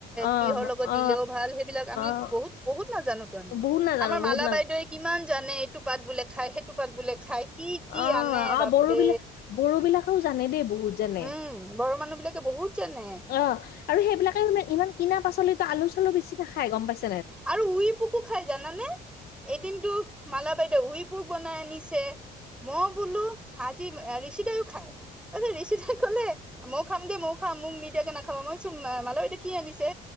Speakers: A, on the left; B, in the centre.
A: অ অ
B: কিহৰ লগত দিলেও
A: অ অ
B: ভাল সেইবিলাক আম
A: অ
B: বহুত বহুত নাজানো তো আমি।
A: বহুত নাজানো
B: আমাৰ মালা
A: বহুত নাজানো
B: বাইদেৱে কিমান জানে এইটো পাত বোলে খাই সেইটো পাত বোলে খাই। কি কি
A: অ'
B: আনে
A: আহ
B: বাপৰে
A: বড়ো বিলাক বড়ো বিলাকেও জানে দেই বহুত জানে।
B: উম বড়ো মানুহ বিলাকে বহুত জানে
A: অ' আৰু সেইবিলাকে ইমান কিনা পাচলিতো আলু চালু বেছি নাখাই গম পাইছ
B: আৰু উই পুকু খাই জানানে? এদিনতটো মালা বাইদেউ উইপুক বনাই আনিছে। ম বোলো হাজি ঋষিদায়ও খায়। তছ ঋিচিতাই কলে মই খাম দে ময় খাম মোক নিদিয়াকে নাখাবা মই চুম মালবাইদ কি আনিছে